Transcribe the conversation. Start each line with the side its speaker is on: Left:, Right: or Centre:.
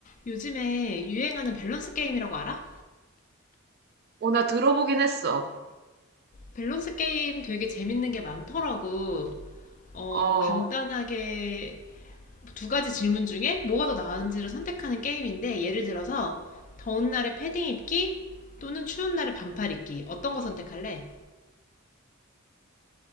Left: 요즘에 유행하는 밸런스 게임이라고 알아?
Right: 어, 나 들어보긴 했어.
Left: 밸런스 게임 되게 재밌는 게 많더라고. 어,
Right: 어,
Left: 간단하게 두 가지 질문 중에 뭐가 더 나은지를 선택하는 게임인데, 예를 들어서 더운 날에 패딩 입기 또는 추운 날에 반팔 입기. 어떤 거 선택할래?